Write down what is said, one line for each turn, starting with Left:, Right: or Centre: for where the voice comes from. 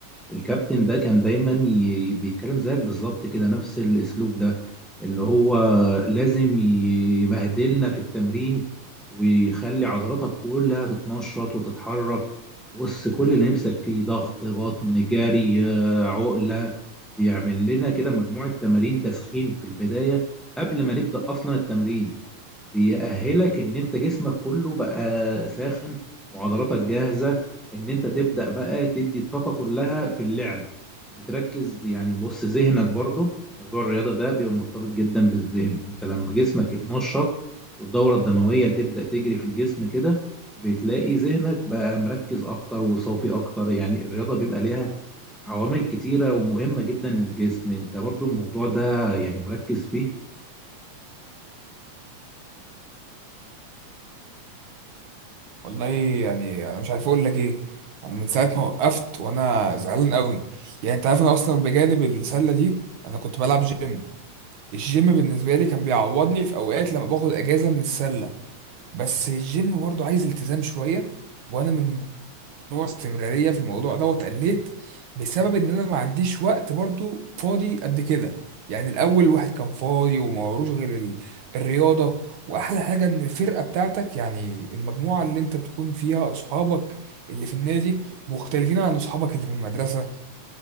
Centre: الكابتن ده كان دايما ي... بيتكلم زيك بالظبط كده نفس الاسلوب ده اللي هو لازم ي- يبهدلنا في التمرين ويخلي عضلاتك كلها تتنشط وتتحرك بص كل اللي نفسك فيه ضغط بطن جري آه، عقلة بيعمل لنا كده مجموعة تمارين تسخين في البداية قبل ما نبدأ أصلا التمرين بيأهلك ان انت جسمك كله بقى ساخن وعضلاتك جاهزة ان انت تبدأ بقى تدي الطاقة كلها في اللعب وتركز يعني بص ذهنك برضو موضوع الرياضة ده بيبقى مرتبط جدا بالذهن انت لما جسمك يتنشط والدورة الدموية تبدأ تجري في الجسم كده بتلاقي ذهنك بقى مركز اكتر وصافي اكتر يعني الرياضة بيبقى ليها عوامل كتيرة ومهمة جدا للجسم انت برضو الموضوع ده يعني مركز فيه
Right: والله يعني انا مش عارف اقول لك ايه انا من ساعة ما وقفت وانا زعلان قوي يعني انت عارف انا اصلا بجانب السلة دي انا كنت بلعب جيم الجيم بالنسبة لي كان بيعوضني في أوقات لما باخد أجازة من السلة بس الجيم برضو عايز التزام شوية وأنا من نوع استمرارية في الموضوع ده واتقليت بسبب إن أنا ما عنديش وقت برضو فاضي قد كده يعني الأول الواحد كان فاضي وما وروش غير ال- الرياضة وأحلى حاجة إن الفرقة بتاعتك يعني المجموعة اللي أنت بتكون فيها أصحابك اللي في النادي مختلفين عن أصحابك اللي في المدرسة